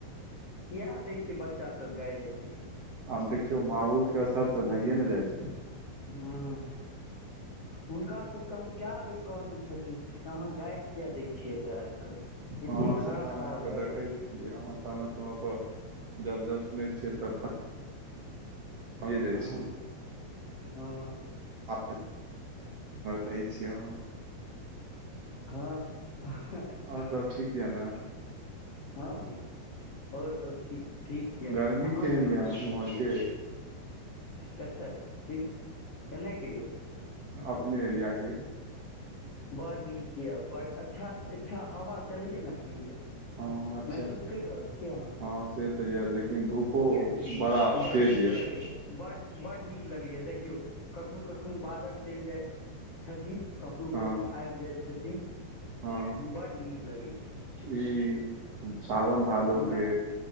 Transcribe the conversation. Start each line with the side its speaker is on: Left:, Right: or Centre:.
Left: किया दै छै बच्चा सब- गारि एते
Right: आब देखियौ माहौलके असर तऽ भइए ने जाइ छै।
Left: हँ हुनका सबके हम कए बेर कहने छथिन। अहाँ गाइश्र किया दै छियै? एतऽ आबि कऽ-
Right: हँ
Left: एते खराब
Right: से तऽ हम
Left: खराब
Right: अहाँके
Left: गारि
Right: देखै
Left: दै
Right: छियै अहाँ समय समयपर जब जब सुनै छियै तब फ- जाय
Left: हँ
Right: छियै
Left: हँ
Right: <unintelligible> कहै छी अहाँ।
Left: हँ
Right: आओर सब ठीक यैऽ ने?
Left: हँ यौ। आओर सभचीज ठीक यए।
Right: गर्मी
Left: अहाँ
Right: केहन
Left: कहियौ?
Right: यऽ उम्हरके
Left: कतऽ? की-केना क यौ?
Right: अपने एरियाके-
Left: बड़ नीक यऽ बड अच्छा अच्छा हवा चलैया ने एखनी?
Right: हँ अच्छा
Left: महसूस कय रहल छीयै अहाँ?
Right: हँ से तऽ यैऽ लेकिन धूपो
Left: हूँ
Right: बड़ा
Left: बड
Right: तेज
Left: नीक
Right: यैऽ
Left: लगैया बड -बड नीक लगैएा देखियौ कखनो कखनो बादल चलि जाय- छथिन कखनो
Right: हँ
Left: कखनो आबि जाइ छथिन
Right: हँ
Left: बड्ड नीक लगैया।
Right: ई सावन भादो
Left: हमरा
Right: के